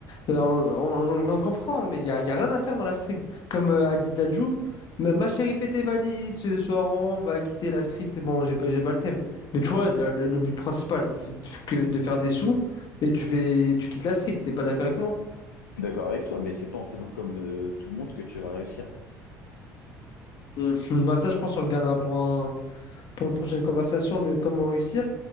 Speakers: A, on the left; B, on the left.
A: Euh, On, on- on comprend, mais il n'y a, il y a rien à faire dans la street. Comme euh, a dit Dadju, ma, ma chérie, fais tes valises, ce soir on va quitter la street. Bon, j'ai pas, j'ai pas le thème. Mais tu vois, le, le- le but principal, c'est que de faire des sous et tu fais, tu quittes la street, t'es pas d'accord avec moi?
B: Je suis d'accord avec toi, mais c'est pas en faisant comme euh, tout le monde que tu vas réussir.
A: Mhm. Bah ça, je pense qu'on le gardera pour un, pour une prochaine conversation, le comment réussir.